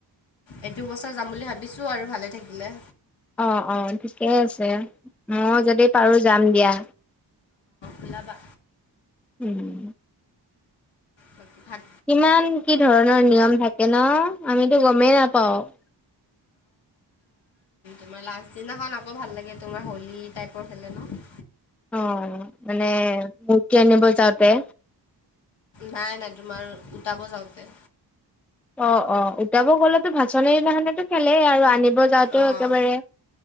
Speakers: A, on the left; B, in the centre.
A: এইটো বছৰ যাম বুলি ভাবিছো, আৰু ভালে থাকিলে।
B: অ', অ', ঠিকেই আছে, মই যদি পাৰো, যাম দিয়া।
A: ওলবা।
B: উম।
A: বাকী ভাত
B: কিমান, কি ধৰণৰ নিয়ম থাকে ন, আমিতো গমেই নাপাওঁ। <inaudible>
A: তমাৰ লাষ্ট দিনাখন আকৌ ভাল লাগে, তোমাৰ হ'লী টাইপৰ খেলে ন।
B: অ, মানে, মূৰ্তি আনিব যাওঁতে।
A: নাই, নাই, তোমাৰ, উটাব যাওঁতে।
B: অ', অ', উতাব গলেতো ভাচনিৰ দিনাখোনো খেলেই, আৰু আনিব যাওঁতেও
A: অঁ
B: একেবাৰে